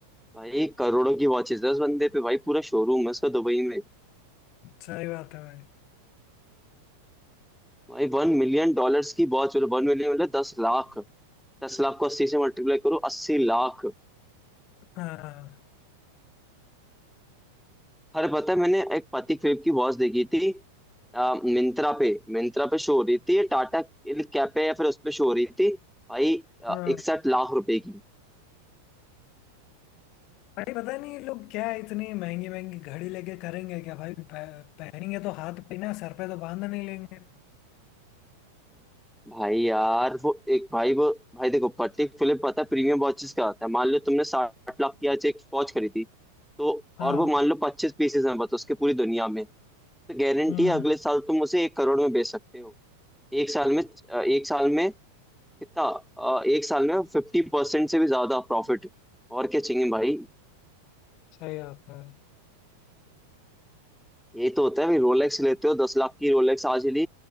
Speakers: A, in the centre; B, on the left.
A: भाई करोड़ों की वॉचेस है उस बंदे पे भाई पूरा शोरूम है उसका दुबई में
B: सही बात है भाई
A: भाई वन मिलियन डॉलर्स की वॉच मतलब वन मिलियन मतलब दस लाख दस लाख को अस्सी से मल्टीप्लाई करो अस्सी लाख
B: हाँ
A: अरे पता है मैंने एक पति क्रिप की वॉच देखी थी आ, मिंत्रा पे मिंत्रा पे शो हो रही थी टाटा कैप पे या फिर उस पे शो हो रही थी भाई
B: हाँ
A: इकसठ लाख रुपए की
B: भाई पता नहीं ये लोग क्या इतनी महंगी महंगी घड़ी लेके करेंगे क्या भाई पह- पहनेंगे तो हाथ पे ना सर पे तो बांध नहीं लेंगे
A: भाई यार वो एक भाई वो भाई देखो पति फिलिप पता है प्रीमियम वॉचेस का आता है मान लो तुमने साठ लाख की आज एक वॉच खरीदी थी तो
B: हाँ
A: और वो मान लो पच्चीस पीसेस हैं बस उसके पूरी दुनिया में तो गारंटी
B: हम्म
A: है अगले साल तुम उसे एक करोड़ में बेच सकते हो एक साल में अ, एक साल में कितना अ, एक साल में फिफ्टी परसेंट से भी ज्यादा प्रॉफिट और क्या चाहिए भाई
B: सही बात है भाई
A: यही तो होता है भाई रोलेक्स लेते हो दस लाख की रोलेक्स आज ही ली